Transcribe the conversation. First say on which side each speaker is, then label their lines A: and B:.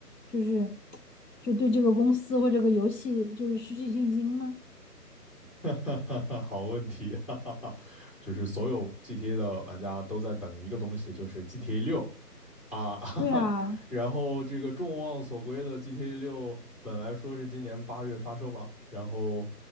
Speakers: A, on the left; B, on the left.
A: 就是就对这个公司或这个游戏就是失去信心吗？
B: <laughs> 哈哈哈，好问题，<laughs> 哈哈哈，就是所有 GTA 的玩家都在等一个东西，就是 GTA 六啊，<laughs> 哈哈，
A: 对啊，啊
B: 然后这个众望所归的 GTA 六本来说是今年八月发售嘛，然后